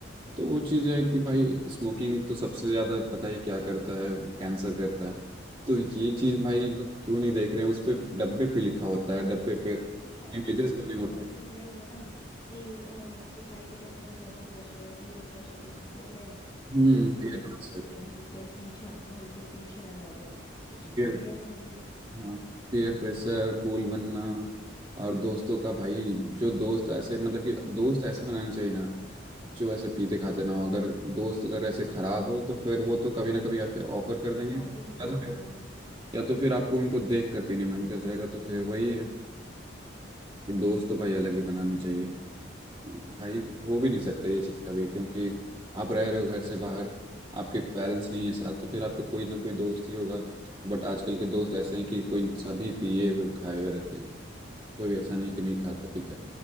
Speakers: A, on the right; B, on the left.
A: तो वो चीज़ है कि भाई स्मोकिंग तो सबसे ज़्यादा पता ही क्या करता है कैंसर करता है तो ये चीज़ भाई लोग क्यों नहीं देख रहे हैं उस पे डब्बे पे लिखा होता है डब्बे पे
B: मुझे पता
A: इमेजेस
B: सब
A: बने
B: कुछ
A: होते
B: है लेकिन
A: हैं
B: वही है ना कि सोसाइटी का इतना ज्यादा प्रेशर है पीयर प्रेशर के चक्कर में
A: हम्म
B: कि दूसरे
A: पीयर
B: भी
A: प्रेशर
B: तो पी रहे हैं हम कहीं पीछा हम कहीं पीछे ना रह जाए तो जी पी
A: पीयर
B: रहे हैं हम भी
A: हाँ पीयर प्रेशर कूल बनना और दोस्तों का भाई जो दोस्त ऐसे मतलब कि दोस्त ऐसे बनाने चाहिए ना जो ऐसे पीते खाते ना हो अगर दोस्त अगर ऐसे खराब हो तो फिर वो तो कभी ना कभी आपके ऑफर कर
B: बर्बादी
A: देंगे या
B: है
A: तो फिर
B: हाँ
A: या तो फिर आपको उनको देख कर पीने मन कर जाएगा तो फिर वही है कि दोस्त तो भाई अलग ही बनाने चाहिए भाई हो भी नहीं सकता ये चीज़ कभी क्योंकि आप रह रहे हो घर से बाहर आपके पेरेंट्स नहीं है साथ तो फिर आपका कोई ना कोई दोस्त ही होगा बट आजकल के दोस्त ऐसे हैं कि कोई सभी पिए हुए खाए हुए रहते हैं कोई ऐसा नहीं कि नहीं खाता पीता